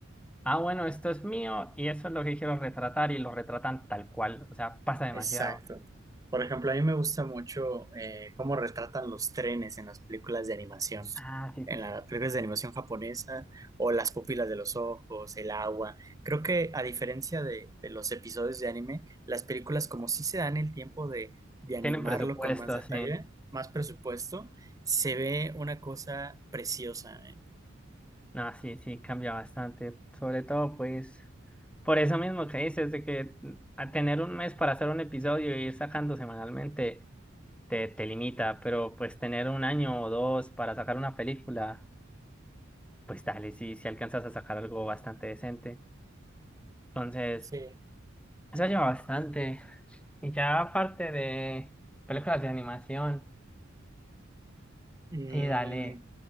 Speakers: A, in the centre; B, on the right.
A: ah, bueno, esto es mío y eso es lo que quiero retratar y lo retratan tal cual. O sea, pasa demasiado.
B: Exacto. Por ejemplo, a mí me gusta mucho eh, cómo retratan los trenes en las películas de animación,
A: Ah, sí, sí,
B: en
A: sí.
B: las películas de animación japonesa, o las pupilas de los ojos, el agua. Creo que a diferencia de, de los episodios de anime, las películas como sí se dan el tiempo de, de animarlo
A: Tienen presupuesto,
B: con más detalle,
A: sí.
B: más presupuesto, se ve una cosa preciosa, ¿eh?
A: No, sí, sí, cambia bastante. Sobre todo, pues, por eso mismo que dices, de que mm, a tener un mes para hacer un episodio y ir sacando semanalmente te, te limita, pero pues tener un año o dos para sacar una película, pues dale, sí, si alcanzas a sacar algo bastante decente. Entonces,
B: Sí.
A: eso lleva bastante. Y ya aparte de películas de animación,
B: Mm,
A: sí, dale.